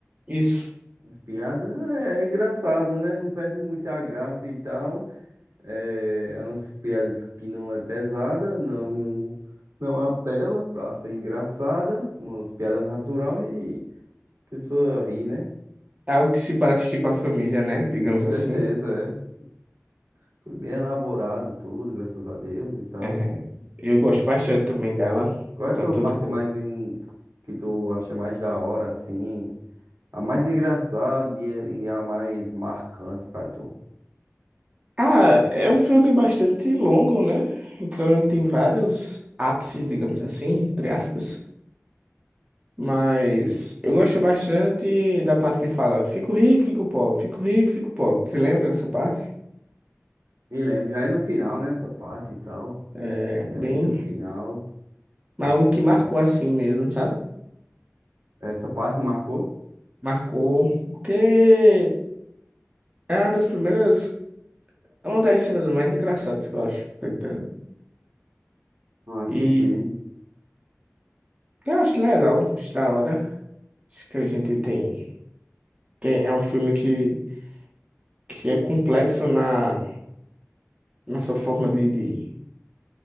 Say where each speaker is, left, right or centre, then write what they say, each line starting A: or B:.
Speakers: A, on the right (about 30°); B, on the right (about 80°).
A: Isso.
B: As piadas? É engraçado, né? Não perde muita graça e tal. É, é umas piadas que não é pesada, não não apela pra ser engraçada, umas piadas natural e a pessoa ri, né?
A: É algo que se para assistir com a família, né? Digamos
B: Com certeza,
A: assim.
B: é. Foi bem elaborado tudo, graças a Deus e tal.
A: É, Eu gosto bastante também dela.
B: Qual é a
A: Tanto
B: tua parte
A: do
B: mais em... que tu acha mais da hora, assim? A mais engraçada e e a mais marcante pra tu?
A: Ah, é um filme bastante longo, né? Então ele tem vários ápices, digamos assim, entre aspas. Mas eu gosto bastante da parte que ele fala: fico rico, fico pobre, fico rico, fico pobre. Você lembra dessa parte?
B: Me lembro, já é no final, né? Essa parte e tal.
A: É
B: Já
A: bem.
B: é bem no final.
A: mas
B: Uhum.
A: Algo que marcou assim mesmo, sabe?
B: Essa parte marcou?
A: Marcou, porque é uma das primeiras. É uma das cenas mais engraçadas que eu acho, tá entendendo?
B: Ah, entendi.
A: E eu acho legal, acho da hora. Acho que a gente tem. tem é um filme que que é complexo na nossa forma de, de,